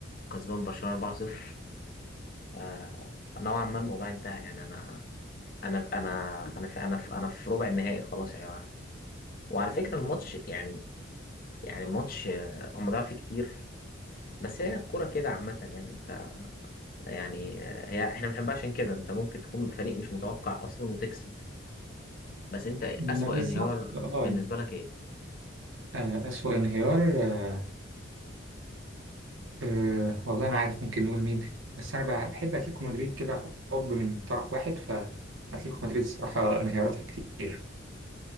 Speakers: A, on the left; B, on the right.
A: كسبان برشلونه 4-0 فنوعا ما الموضوع انتهى يعني انا انا انا انا في انا في, أنا في ربع النهائي خلاص يا يعني. جماعه وعلى فكره الماتش يعني يعني ماتش آه، هم ضاعوا فيه كتير بس هي الكورة كده عامة يعني انت يعني آه، هي احنا بنحبها عشان كده انت ممكن تكون فريق مش متوقع اصلا وتكسب بس انت اسوأ
B: ما بالظبط
A: انهيار
B: اه
A: بالنسبة لك ايه؟
B: آه، أسوأ انهيار آه، أه والله ما عارف ممكن نقول مين بس انا بحب اتلتيكو مدريد كده حب من طرف واحد فاتلتيكو مدريد الصراحه انهياراتها كتير